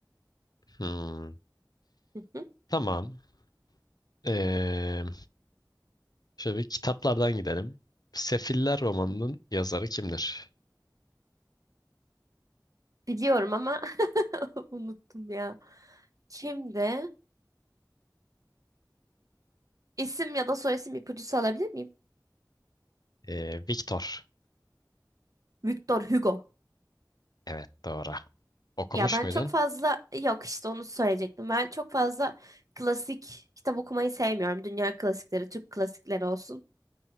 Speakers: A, on the left; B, on the right.
A: Hmm,
B: <laughs>
A: tamam. Ee, şöyle bir kitaplardan gidelim. Sefiller romanının yazarı kimdir?
B: Biliyorum ama <laughs> unuttum ya. Kimdi? İsim ya da soyisim ipucusu alabilir miyim?
A: Ee, Victor.
B: Victor Hugo.
A: Evet, doğru. Okumuş
B: Ya ben
A: muydun?
B: çok fazla yok işte onu söyleyecektim. Ben çok fazla klasik kitap okumayı sevmiyorum. Dünya klasikleri, Türk klasikleri olsun,